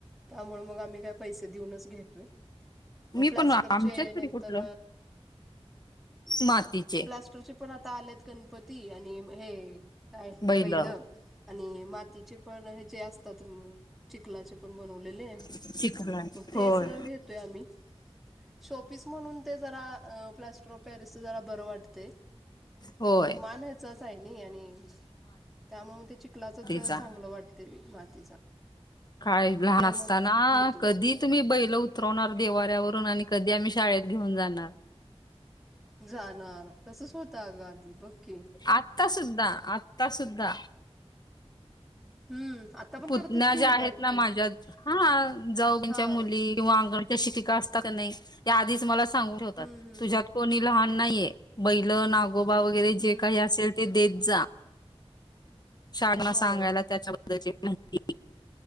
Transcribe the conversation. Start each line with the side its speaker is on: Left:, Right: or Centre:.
Centre: त्यामुळ मग आम्ही काय पैसे देऊनच घेतोय. मग
Left: मी
Centre: प्लॅस्टरचे
Left: पण आमच्यात
Centre: नंतर
Left: तरी कुठलं मातीचे
Centre: प्लॅस्टरचे पण आता आलेत गणपती आणि हे काय
Left: बैल
Centre: बैलं. आणि मातीचे पण हेचे असतात चिखलाचे पण बनवलेले.
Left: चिखला
Centre: मग तेच
Left: होय
Centre: घेतोय आम्ही. शोपीस म्हणून ते जरा अ प्लॅस्टर ऑफ पॅरिसच जरा बरं वाटतय.
Left: होय
Centre: पण मान जसाय नही आणि त्यामुळे म ते चीखलाचच
Left: मातीचा
Centre: चांगलं वाटते मातीचा.
Left: काय लहान
Centre: ते
Left: असताना
Centre: मग घेतो
Left: कधी
Centre: मग
Left: तुम्ही बैल उतरवणार देवाऱ्यावरून आणि कधी आम्ही शाळेत घेऊन जाणार.
Centre: जाणार तसच होत ग आधी की
Left: आत्ता सुुद्धा आता सुद्धा
Centre: हम्म आता पण
Left: पुतण्या
Centre: करतात की
Left: ज्या आहेत
Centre: बारीक
Left: ना
Centre: पोरं
Left: माझ्या हा जाऊनच्या
Centre: हा
Left: मुली किंवा अंगणवाडीच्या शिकिका असतात का नाही या आधीच मला सांगून ठेवतात
Centre: हम्म हम्म
Left: तुझ्यात कोणी लहान नाहीये बैल नागोबा वगैरे
Centre: हम्म
Left: जे काही असेल ते देत जा. शाळना
Centre: होय.
Left: सांगायला त्याच्याबद्दलची माहिती